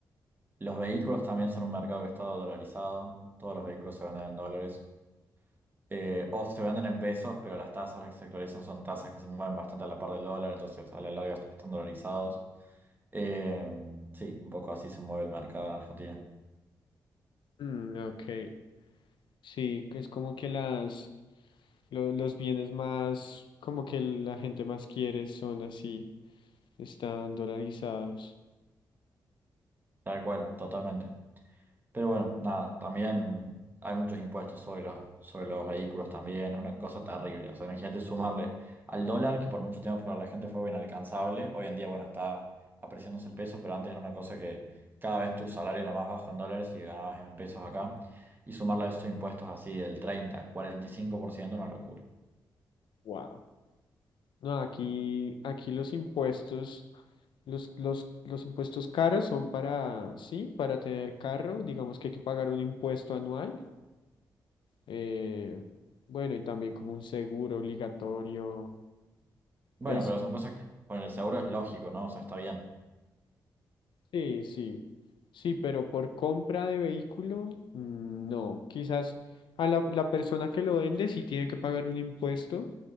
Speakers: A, on the right (about 25°); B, on the left (about 75°).
A: Los vehículos también son un mercado que está dolarizado, todos los vehículos se venden en dólares eh, o se venden en pesos, pero las tasas las que se actualizan son tasas que se mueven bastante a la par del dólar, entonces a la larga est- están dolarizados. Eh, sí, un poco así se mueve el mercado en Argentina.
B: Mm, ok. Sí, que es como que las lo- los bienes más, como que la gente más quiere son así, están dolarizados.
A: Tal cual, totalmente. Pero bueno, nada, también hay muchos impuestos sobre los, sobre los vehículos también, es una cosa terrible. O sea, imagínate sumarle al dólar, que por mucho tiempo para la gente fue inalcanzable. Hoy en día, bueno, está apreciándose el peso, pero antes era una cosa que cada vez tu salario era más bajo en dólares y ganabas en pesos acá. Y sumarle a esos impuestos así del treinta, cuarenta y cinco por ciento una locura.
B: Wow. No, aquí, aquí los impuestos, los, los, los impuestos caros son para, sí, para tener carro, digamos que hay que pagar un impuesto anual, eh, bueno, y también como un seguro obligatorio,
A: Bueno,
B: eso.
A: pero son cosas que con el seguro es lógico, ¿no? O sea, está bien.
B: Sí, sí, sí, pero por compra de vehículo, mm, no, quizás a la, la persona que lo vende sí tiene que pagar un impuesto